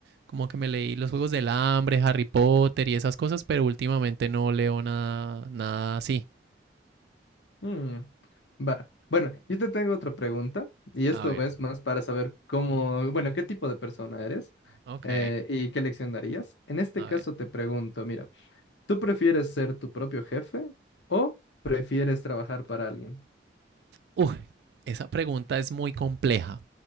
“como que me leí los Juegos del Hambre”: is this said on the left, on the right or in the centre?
Right